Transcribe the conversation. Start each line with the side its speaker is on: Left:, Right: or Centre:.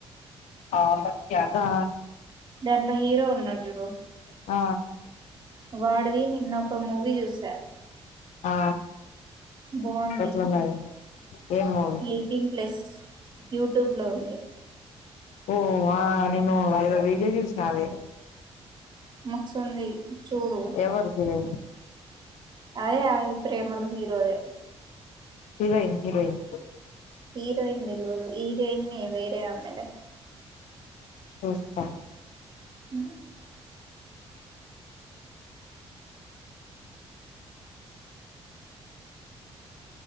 Left: అదా
Right: దాంట్లో హీరో ఉన్నాడూ చూడు
Left: ఆ
Right: వాడిది నిన్నొక మూవీ చూసా
Left: ఆ
Right: బాగుంది
Left: ఎట్లున్నది ఏం మూవీ
Right: ఎయిటీన్ ప్లస్ యూట్యూబ్ లో ఉంది
Left: ఓ ఆ నిన్న ఏదో వీడియో చెసినాడే
Right: మస్తుంది చూడు
Left: ఎవర్ హీరోయిన్
Right: అదే అది ప్రేమలు హీరోదే
Left: హిరోయిన్ హిరోయిన్
Right: హీరోయిన్ తెల్వదు హీరోయిన్ వేరే ఆమెలే
Left: చూస్తా
Right: ఆ